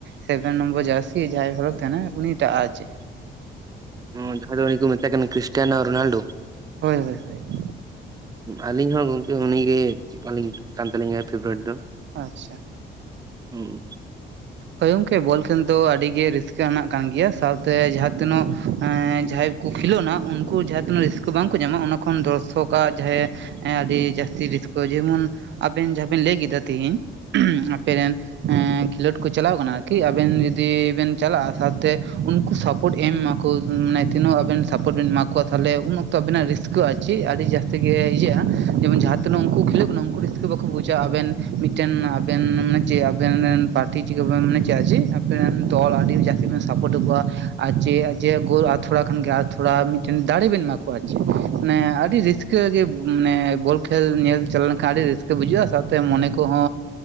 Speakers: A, on the right (about 65°); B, on the right (about 20°).
A: ᱥᱮᱵᱷᱮᱱ ᱱᱚᱢᱵᱚᱨ ᱡᱟᱹᱨᱥᱤ ᱡᱟᱦᱟᱸᱭ ᱦᱚᱲ ᱛᱟᱦᱮᱱᱟᱭ ᱩᱱᱤ ᱴᱟᱜᱼᱟ ᱟᱨ ᱪᱮ ᱾
B: ᱚᱸ ᱡᱟᱦᱟᱸᱭ ᱫᱚ ᱩᱱᱤ ᱠᱚ ᱢᱮᱛᱟᱭ ᱠᱟᱱᱟ ᱠᱷᱨᱤᱥᱴᱤᱭᱟᱱᱳ ᱨᱳᱱᱟᱞᱰᱳ ᱾
A: ᱦᱳᱭ ᱦᱳᱭ ᱦᱳᱭ ᱾
B: ᱟᱹᱞᱤᱧ ᱦᱚᱸ ᱜᱚᱝᱠᱮ ᱩᱱᱤᱜᱮ ᱟᱹᱞᱤᱧ ᱠᱟᱱ ᱛᱟᱹᱞᱤᱧᱟᱭ ᱯᱷᱮᱵᱮᱨᱮᱴ ᱫᱚ ᱾
A: ᱟᱪᱷᱟ,
B: ᱦᱩᱸ
A: ᱦᱳᱭ ᱚᱝᱠᱮ ᱵᱚᱞ ᱠᱷᱮᱞ ᱫᱚ ᱟᱹᱰᱤ ᱜᱮ ᱨᱟᱹᱥᱠᱟᱹ ᱟᱱᱟᱜ ᱠᱟᱱ ᱜᱮᱭᱟ ᱥᱟᱶᱛᱮ ᱡᱟᱦᱟᱸ ᱛᱤᱱᱟᱹᱜ ᱮᱸ ᱡᱟᱦᱟᱸᱭ ᱾ ᱠᱩ ᱠᱷᱮᱞᱳᱱᱟ ᱩᱱᱠᱩ ᱡᱟᱦᱟᱸ ᱛᱤᱱᱟᱹᱜ ᱨᱟᱹᱥᱠᱟᱹ ᱵᱟᱝᱠᱚ ᱧᱟᱢᱟ ᱚᱱᱟ ᱠᱷᱚᱱ ᱫᱚᱨᱥᱚᱠ ᱟᱜ ᱡᱟᱦᱟᱭ ᱮ ᱮ ᱟᱹᱰᱤ ᱡᱟᱹᱥᱛᱤ ᱨᱤᱥᱠᱟᱹ ᱡᱮᱢᱚᱱ ᱟᱵᱮᱱ ᱡᱟᱦᱟᱸ ᱵᱮᱱ ᱞᱟᱹᱭ ᱠᱮᱫᱟ ᱛᱤᱦᱤᱧ ᱾ <inaudible> ᱟᱯᱮ ᱨᱮᱱ ᱮᱸ ᱠᱷᱮᱞᱳᱰ ᱾ ᱠᱚ ᱪᱟᱞᱟᱣ ᱠᱟᱱᱟ ᱟᱨᱠᱤ ᱟᱵᱮᱱ ᱡᱩᱫᱤ ᱵᱮᱱ ᱪᱟᱞᱟᱜᱼᱟ ᱥᱟᱶᱛᱮ ᱩᱱᱠᱩ ᱥᱟᱯᱳᱴ ᱮᱢ ᱢᱟᱠᱚ ᱾ ᱱᱟᱭ ᱛᱤᱱᱟᱹᱜ ᱟᱵᱮᱱ ᱥᱟᱯᱳᱴ ᱵᱤᱱ ᱮᱢᱟ ᱠᱚᱣᱟ ᱛᱷᱟᱞᱮ ᱩᱱ ᱚᱠᱛᱚ ᱟᱵᱤᱱ ᱱᱟᱜ ᱨᱤᱥᱠᱟᱹ ᱟᱨ ᱪᱤᱜ ᱟᱹᱰᱤ ᱡᱟᱹᱥ ᱛᱤ ᱜᱮ ᱤᱭᱟᱹᱜᱼᱟ ᱡᱮᱢᱚᱱ ᱡᱟᱦᱟᱸ ᱛᱤᱱᱟᱹᱜ ᱩᱱᱠᱩ ᱠᱷᱮᱞᱳᱜ ᱠᱟᱱᱟ ᱩᱱᱠᱩ ᱨᱤᱥᱠᱟ. ᱵᱟᱠᱚ ᱵᱩᱡᱼᱟ ᱟᱵᱮᱱ ᱢᱤᱫ ᱴᱮᱱ ᱟᱵᱮᱱ ᱢᱮ ᱪᱮᱜ ᱟᱵᱮᱱ ᱨᱮᱱ ᱯᱟᱴ ᱛᱤ ᱪᱤᱠᱟ. ᱵᱟᱝ ᱢᱟᱱᱮ ᱪᱮ ᱟᱪᱷᱤ ᱟᱯᱮ ᱨᱮᱱ ᱫᱚᱞ ᱟᱹᱰᱤ ᱡᱟᱹᱥᱛᱤ ᱵᱤᱱ ᱥᱟᱯᱳᱨᱴ ᱟᱜᱩᱣᱟ ᱟᱨ ᱪᱮᱜ ᱾ ᱡᱮ ᱜᱳᱞ ᱟᱨ ᱛᱷᱚᱲᱟ ᱠᱷᱟᱱᱜᱮ ᱟᱨ ᱛᱷᱚᱲᱟ ᱢᱤᱫᱴᱮᱱ ᱫᱟᱲᱮ ᱵᱮᱱ ᱮᱢᱟ ᱠᱚᱣᱟ ᱟᱨ ᱡᱮ ᱟᱹᱰᱤ ᱨᱤᱥᱠᱤ ᱠᱟᱹ ᱜᱮ ᱢᱟᱱᱮ ᱵᱚᱞ ᱠᱷᱮᱞ ᱧᱮᱞ ᱪᱟᱞᱟ ᱞᱮᱱᱠᱷᱟᱱ ᱟᱹᱰᱤ ᱨᱟᱹᱥᱠᱟᱹ ᱵᱩᱡᱷᱟᱹᱜᱼᱟ ᱥᱟᱶᱛᱮ ᱢᱚᱱᱮ ᱠᱚᱦᱚ